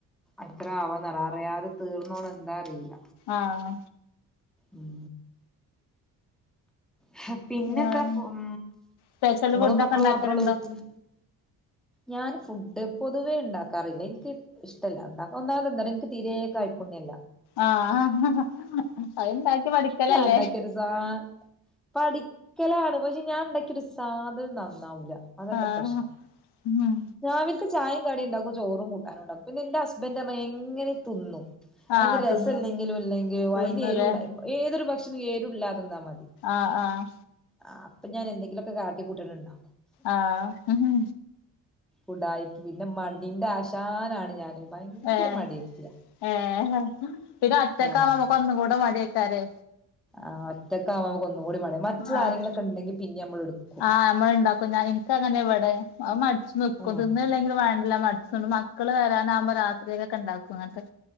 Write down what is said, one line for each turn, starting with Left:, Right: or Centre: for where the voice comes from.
Centre: എത്ര ആവോന്നറ അറിയാതെ തീർന്നോണ് എന്താ അറിയില്ല
Left: ആഹ്
Centre: ഉം ഹ പിന്നെന്താപ്പോ
Left: വേറെ
Centre: ഉം
Left: സ്പെഷ്യൽ
Centre: നിങ്ങളും
Left: ഫുഡ്
Centre: മക്കളും
Left: ഒക്കെ ഇണ്ടാക്കലുണ്ടോ
Centre: മാത്രൊള്ളൂ വീട്ടില് ഞാന് ഫുഡ് പൊതുവേ ഇണ്ടാക്കാറില്ല എനിക്ക് ഇഷ്ടല്ല ഇണ്ടാക്ക് ഒന്നാമതെന്താറിയോ എനിക്ക് തീരേ കൈപ്പുണ്യില്ല
Left: ആഹ അതുണ്ടാക്കി പഠിക്കലല്ലേ
Centre: ഞാൻ ഉണ്ടാക്കിയൊരു സാ പഠിക്കലാണ് പക്ഷെ ഞാൻ ഇണ്ടാക്കിയാ ഒരു സാധനോം നന്നാവൂല അതാൻ്റെ
Left: ആഹ്
Centre: പ്രശ്നം
Left: ഉം
Centre: രാവിൽത്തെ ചായേം കടീം ഇണ്ടാക്കും ചോറും കൂട്ടാനും ഉണ്ടാക്കും പിന്ന എൻ്റെ ഹസ്ബൻ്റമ്മ എങ്ങനേ തിന്നും അതിന്നി
Left: ആഹ്
Centre: രസില്ലെങ്കിലും
Left: തിന്നും
Centre: ഇല്ലെങ്കി
Left: തിന്നുല്ലേ
Centre: വയിനെരുണ്ട മ ഏതൊരു ഭക്ഷണം എരുല്ലാത തിന്നാ മതി
Left: അ ആഹ്
Centre: ആഹ് അപ്പൊ ഞാനെന്തെങ്കിലൊക്കെ കാട്ടി കൂട്ടണ് ണ്ടാ
Left: ആഹ്
Centre: ഉടായിപ്പ് പിന്ന മടിൻ്റാശാനാണ് ഞാന് ഭയങ്കര
Left: ഏഹ്
Centre: മടിയത്തിയാ
Left: ഏഹ് പിന്ന ഒറ്റക്കാവുമ്പ
Centre: ആഹ്
Left: നമ്മക്കൊന്നും കൂട മടിയായിക്കാരേ
Centre: ആഹ് ഒറ്റക്കാവുമ്പ നമക്കൊന്നും കൂടി മടിയ മറ്റുള്ളാരെങ്കിലൊക്കെണ്ടെങ്കി
Left: ആഹ്
Centre: പിന്നീ യമ്മളെടുക്കും
Left: ആഹ് നമ്മള്ണ്ടാക്കും ഞാ എനിക്കങ്ങനേ ഇവടെ അ മടിച്ച് നിക്കും
Centre: ആഹ്
Left: തിന്നില്ലെങ്കിലും വേണ്ടില്ല മടിച്ച്ണ്ട് മാ മക്കള് വരാനാവുമ്പ രാത്രിയിലേക്കെണ്ടാക്കും അങ്ങൻത്തെ